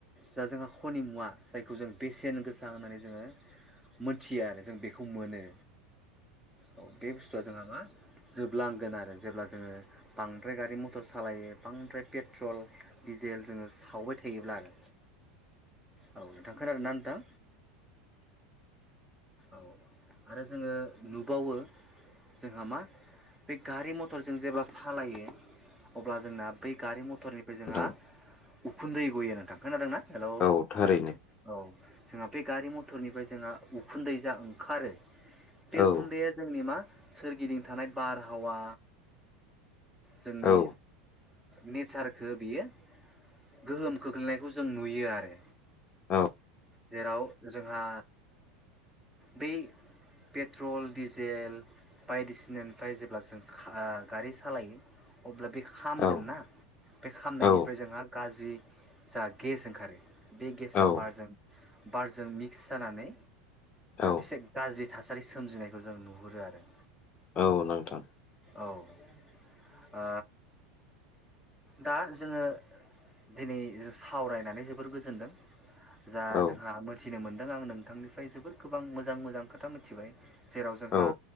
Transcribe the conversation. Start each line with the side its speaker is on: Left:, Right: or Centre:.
Centre: जा जोंहा खनि मुवा जायखौ जों बेसेन गोसा होननानै जोङो मोनथियो आरो जों बेखौ मोनो औ बे बुस्थुआ जोंहा मा जोबलांगोन आरो जेब्ला जोङो बांद्राय गारि मथर सालायो बांद्राय पेट्रल डिजेल जोङो सावबाय थायोब्ला आरो औ नोंथां खोनादों ना नोंथां औ आरो जोङो नुबावो जोंहा मा बे गारि मटरजों जेब्ला सालायो अब्ला जोंना बै गारि मटरनिफ्राय जोंहा
Left: नोंथां
Centre: उखुन्दै गयो नोंथां खोनादोंना हेलौ
Left: औ थारैनो
Centre: औ जोंहा बे गारि मथरनिफ्राय जोंहा उखुन्दै जा ओंखारो बे
Left: औ
Centre: उखुन्दैया जोंनि मा सोरगिदिं थानाय बारहावा जोंनि
Left: औ
Centre: नेचारखौ बियो गोहोम खोख्लैनायखौ जों नुयो आरो
Left: औ
Centre: जेराव जोंहा बै पेट्रल डिजेल बायदिसि बिनिफ्राय जेब्ला जों गारि सालायो अब्ला बे खामगोन
Left: औ
Centre: ना बे खामनायनिफ्राय
Left: औ
Centre: जोंहा गाज्रि जा गेस ओंखारो बे गेसा
Left: औ
Centre: बारजों बारजों मिक्स जानानै
Left: औ
Centre: बिसे गाज्रि थासा थासारि सोमजिनायखौ जों नुहुरो आरो।
Left: औ नोंथां
Centre: औ दा जोङो दिनै सावरायनानै जोबोर गोजोनदों । जा
Left: औ
Centre: जोंहा मोनथि मिथिनो मोनदों आं नोंथांनिफ्राय जोबोर गोबां मोजां मोजां खोथा मिथिबाय। जेराव जोंहा
Left: औ